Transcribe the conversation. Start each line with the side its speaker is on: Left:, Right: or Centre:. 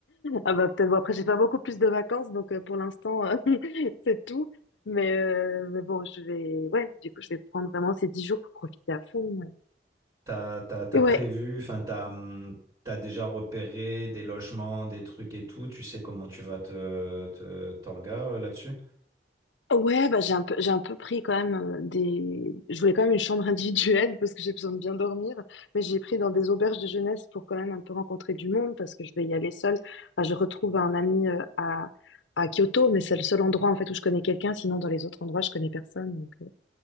Left: Ah bah peut-être, bon, après, j'ai pas beaucoup plus de vacances, donc euh, pour l'instant, euh, <laughs> c'est tout. Mais, euh, mais bon, je vais, ouais, du coup, je vais prendre vraiment ces 10 jours pour profiter à fond. ouais.
Right: T'as t'as t'as
Left: Et
Right: prévu,
Left: ouais,
Right: enfin t'as hum, t'as déjà repéré des logements, des trucs et tout. Tu sais comment tu vas te te t'orga euh, là-dessus?
Left: Ouais, bah, j'ai un peu, j'ai un peu pris quand même euh, des. Je voulais quand même une chambre <laughs> individuelle parce que j'ai besoin de bien dormir, mais j'ai pris dans des auberges de jeunesse pour quand même un peu rencontrer du monde parce que je vais y aller seule. Enfin, je retrouve un ami euh, à, à Kyoto, mais c'est le seul endroit en fait où je connais quelqu'un. Sinon, dans les autres endroits, je connais personne. Donc, euh,